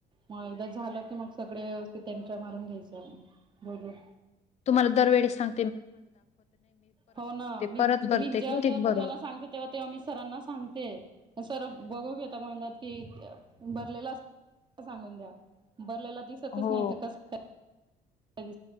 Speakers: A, on the right; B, on the left.
A: मग एकदा झालं की मग सगळे व्यवस्थित एंटर मारून घ्यायच म बोलून
B: तुम्हाला दर वेेळी सांग
A: हो ना मी
B: परत भरते
A: मी जेव्हा
B: कितीक
A: जेव्हा
B: भरू
A: तुम्हाला सांगते तेव्हा तेव्हा मी सरांना सांगते सर बघून घेता म्हणात की भरलेला अस सांगून द्या भरलेला दिसतच
B: हो
A: नाही तर कसे काय